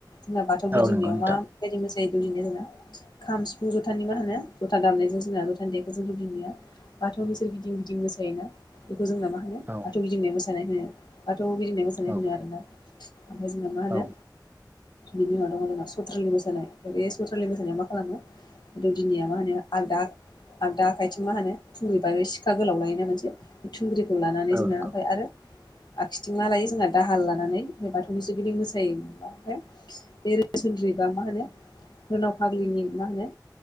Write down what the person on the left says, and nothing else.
जोंना बाथौ गिदिंनायाव
माबायदि मोसायो दौदिनाय जोंना खाम सिफुं जथानि मा होनो जथा दामनायजों जोंना जथानि देखौ जों दौदिनिया बाथौनि सोर गिदिं गिदिं मोसायोना बेखौ जोंना मा होनो
बाथौ गिदिंनाय मोसानाय होनो बाथ' गिदिंनाय मोसानाय
होनो आरोना ओमफ्राय जोंङो मा होनो
बिनि उनाव दङ जोंना सुथ्रलि मोसानाय बे सुथ्रलि मोसानाया मा खालामो दौदिनिया मा होनो आलदा आलदा आखाइथिं मा होनो थुंग्रि ब सिखा गोलाव लायोना मोनसे बे थुंग्रिखौ लाना बिदिनो
ओमफ्राय
आरो आखिथिं मा लायो जोंना दाहाल लानानै ओमफ्राय बाथौनि सोरगिदिं मोसायो ओमफ्राय बे रोसोनद्रिबा मा होनो सोरनाव फाग्लिनि मा होनो